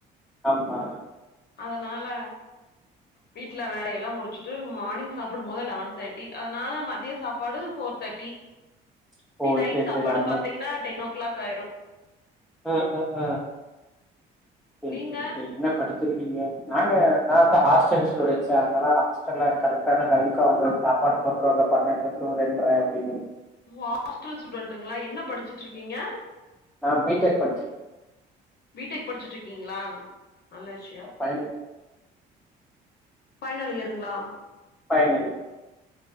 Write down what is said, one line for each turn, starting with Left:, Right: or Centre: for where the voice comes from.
Centre: அம்மா
Left: அதனால வீட்டுல வேல எல்லா முடிச்சுட்டு மார்னிங் சாப்பிடும் போது லெவன் தேர்ட்டி அதனால மத்திய சாப்பாடு four thirty
Centre: <inaudible> O
Left: the night
Centre: சேரி
Left: சாப்பாடு
Centre: சேரி அதுனா
Left: பாத்தீங்கன்னா டென் ஓ கிளாக் ஆயிரு
Centre: ஹ ஹ ஹ செரி
Left: நீங்க
Centre: செரி செரி இன்ன படிக் இருக்கீங்க நாங்க நா வந்து ஹாஸ்டல் ஸ்டுடன்ட்ஸ்ஸா அதனால கரெக்டான டைம்க்கு அவுங்க சாப் பாடு போட்டுருவாங்க பன்னெண்ட்ற டூ ரெண்ற அப்டின்னு
Left: ஓ ஹாஸ்டல் ஸ்டுடன்டுங்களா என்ன படிச்சுட்டு இருக்கீங்க
Centre: நா பி டெக் படிச்சி
Left: பீ டெக் படிச்சுட்டு இருக்கீங்ளா நல்லா விஷயோ
Centre: பைனல்
Left: பைனல் இயருங்ளா?
Centre: பைனல்